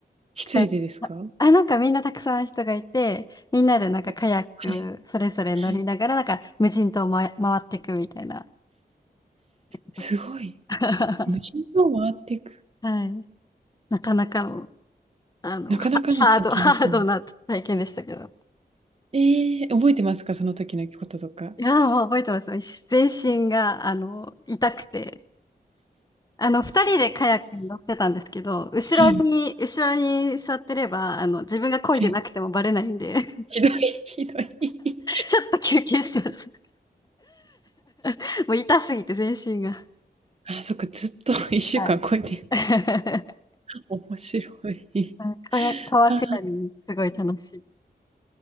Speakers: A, on the right (about 40°); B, on the left (about 20°).
A: 一人でですか？
B: カヤックあ、なんかみんなたくさん人がいて、みんなでなんかカヤッ
A: え、はい、
B: クそれぞれ乗りながら、
A: はい。
B: なんか無人島をま、回っていくみたいなことして。
A: すごい。
B: <laughs>
A: 無人島を回っていく。
B: はい。なかなかのあの、
A: なかなかの体験ですよね。
B: ハード、ハードな体験でしたけど。
A: ええ、覚えてますか？その時のこととか。
B: いやー、もう覚えてます。全身が、あの、痛くて。あの、二人でカヤックに乗ってたんですけど、後ろに、
A: はい、
B: 後ろに座ってれば、あの、自分が漕いでなくてもバレないんで、
A: はい。
B: <laughs>
A: ひどい、<laughs> ひどい。
B: ちょっと休憩してました。<laughs> もう痛すぎて、全身が。
A: あ、そっか、ずっと1週間こいで、
B: はい。<laughs>
A: 面白い。
B: うん川川下り、
A: ああ、
B: すごい楽し